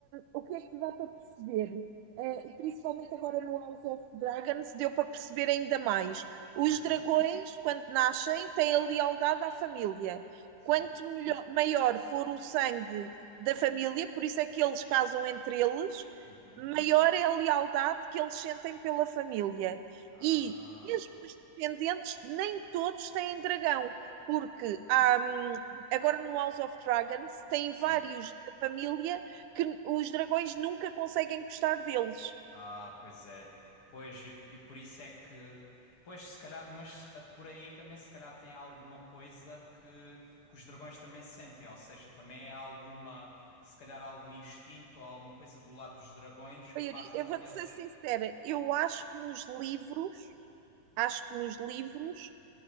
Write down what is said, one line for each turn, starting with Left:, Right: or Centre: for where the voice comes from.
Right: o que é que dá para perceber? Uh, principalmente agora no House of Dragons, deu para perceber ainda mais. Os
Left: Uhum.
Right: dragões, quando nascem, têm a lealdade à família.
Left: Sim.
Right: Quanto melhor, maior for o sangue da família, por isso é que eles casam entre eles,
Left: Uhum.
Right: maior é a lealdade que eles sentem pela família.
Left: Ah,
Right: E mesmo os descendentes, nem todos têm dragão, porque há, hum, agora no House of Dragons tem
Left: sim.
Right: vários da família que os dragões nunca conseguem gostar deles.
Left: Ah, pois é. Pois, e, e por isso é que. Pois, se calhar, mas ah, por aí também se calhar tem alguma coisa que, que os dragões também sentem, ou seja, também é alguma, se calhar algum instinto ou alguma coisa do lado dos dragões que
Right: Bem,
Left: faz
Right: Yuri,
Left: com
Right: eu vou-te
Left: que eles.
Right: ser sincera, eu acho que nos livros, acho que nos livros,